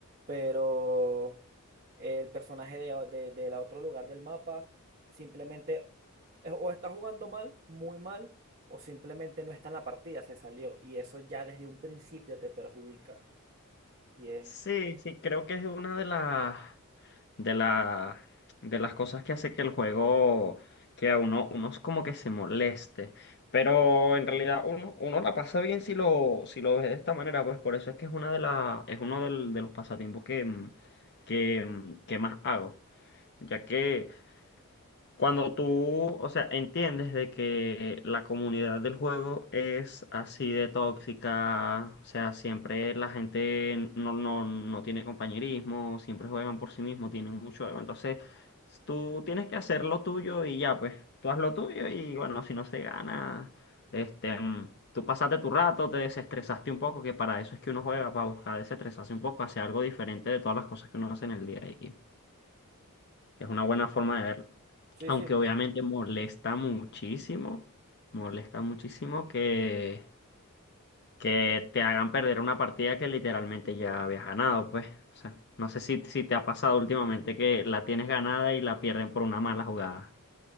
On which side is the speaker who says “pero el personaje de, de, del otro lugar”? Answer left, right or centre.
Right